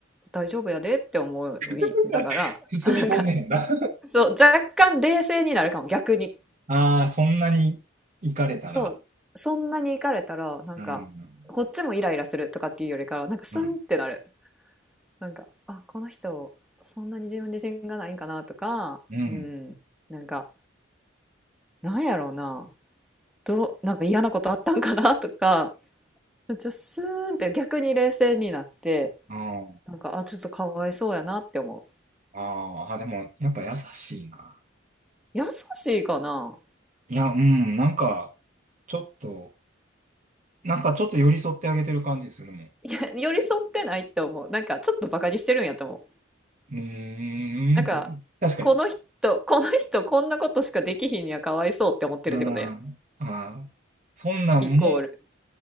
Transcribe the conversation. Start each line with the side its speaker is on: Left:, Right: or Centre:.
Centre: 大丈夫やでって思いながら、
Right: <laughs> 包み込んでへんな。
Centre: なんか、<laughs> そう、若干冷静になるかも、逆に。
Right: ああ、そんなに行かれたら。
Centre: そう、そんなに行かれたら、なんか、
Right: うん、
Centre: こっちもイライラするとかっていうよりかは、なんかスンってなる。
Right: うん、
Centre: なんか、あ、この人、そんなに自分自信がないんかなとか、
Right: うん。
Centre: うん、なんか、なんやろうな、どう、なんか嫌なことあったんかなとか、めっちゃスーンって逆に冷静になって、
Right: あ
Centre: なんか、あ、ちょっとかわいそうやなって思う。
Right: あ、ああ、でも、やっぱ優しいな。
Centre: 優しいかな
Right: いや、うん、なんか、ちょっと、なんかちょっと寄り添ってあげてる感じするもん。
Centre: <laughs> いや、寄り添ってないって思う。なんか、ちょっとバカにしてるんやと思う。
Right: うーん、
Centre: なんか、
Right: 確かに。
Centre: この人、この人、こんなことしかできひんにはかわいそうって思ってるってことやん。
Right: うん、ああ、そんなんも
Centre: イコール